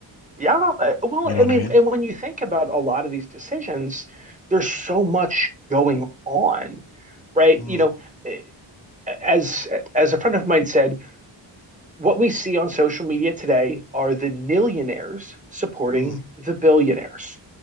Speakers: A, on the right; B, on the left.
A: Yeah. uh, Well,
B: you know
A: I
B: what
A: mean,
B: I mean?
A: and when you think about a lot of these decisions, there's so much going on right?
B: Mm,
A: You know, eh, as as a friend of mine said, what we see on social media today are the millionaires supporting
B: mm,
A: the billionaires.